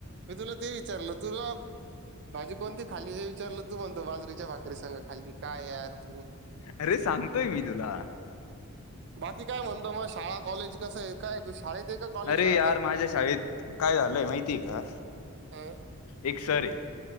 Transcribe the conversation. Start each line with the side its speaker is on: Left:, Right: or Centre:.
Right: मी तुला ते विचारलं तुला भाजी कोणती खाली हे विचारलं तू म्हणतो बाजरीच्या भाकरी सांग खाल्ली काय यार तू
Left: अरे सांगतोय मी तुला
Right: <unintelligible> काय <unintelligible> शाळा कॉलेज कसय काय तू शाळेत आय कॉलेजला
Left: अरे
Right: हाय
Left: यार
Right: आता
Left: माझ्या शाळेत काय झालंय माहितीये का?
Right: हा <unintelligible>
Left: एक सर ये.